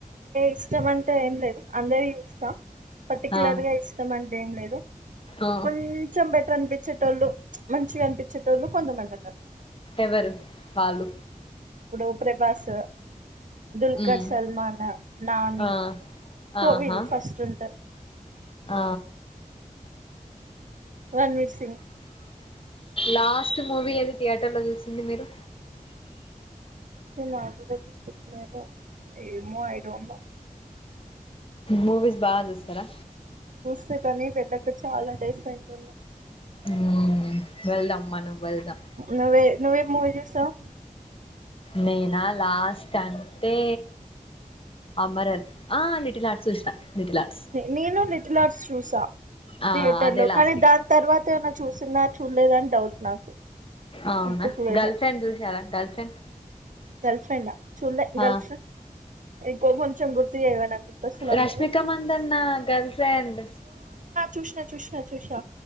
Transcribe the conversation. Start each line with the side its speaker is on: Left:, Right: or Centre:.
Right: ఇష్టంమంటే ఏం లేదు అందరియి చూస్తా పర్టికలర్
Left: ఆ
Right: గా ఇష్టం అంటే ఏం లేదు
Left: ఆ
Right: కొంచెం బెటర్ అనిపించేటోళ్ళు మంచిగా అనిపించేటోళ్ళు కొంతమందున్నారు
Left: ఎవరు వాళ్ళు
Right: ఇప్పుడు ప్రభాస్ దుల్కర్
Left: ఉమ్
Right: సల్మానా నాని
Left: ఆ
Right: టోవిల్
Left: ఆహా
Right: ఫస్ట్ ఉంటారు
Left: ఆ
Right: వన్ మిడ్సిని
Left: లాస్ట్ మూవీ ఏది థియేటర్ లో చూసింది మీరు
Right: నా గుడా తీపిచు నేమో ఏమో ఐ డోంట్ నో
Left: మూవీస్ బాగా చూస్తారా
Right: చూసే కాని వెళ్ళక చాలా డేస్ అయితుంది
Left: మ్మ్. వెళ్దాం మనం వెళ్దాం
Right: నువ్వే నువ్వేం మూవీ చూసావ్
Left: నేనా లాస్ట్ అంటే అమరన్ ఆ లిటిల్ హార్ట్ చూసిన లిటిల్ ఆర్ట్స్
Right: నేను లిటిల్ హార్ట్స్ చూసా
Left: ఆ
Right: థియేటర్
Left: అదే
Right: లో
Left: లాస్ట్
Right: కానీ
Left: ఇగ
Right: దాని తర్వాత ఏమైనా చూసా నా చూడలేద అని డౌట్ నాకు
Left: అవునా
Right: గుర్తుకులేదు
Left: గర్ల్ ఫ్రెండ్ చూసారా గర్ల్ ఫ్రెండ్
Right: గర్ల్ ఫ్రెండ్ హ చూలే
Left: ఆ
Right: గర్ల్ ఫ్రెండ్ ఇంకా కొంచం గుర్తు చేయవా నాకు గుర్తొస్తలే ఆ
Left: Rashmika
Right: movie
Left: Mandanna girlfriend
Right: చూస్న చూస్నా చూసా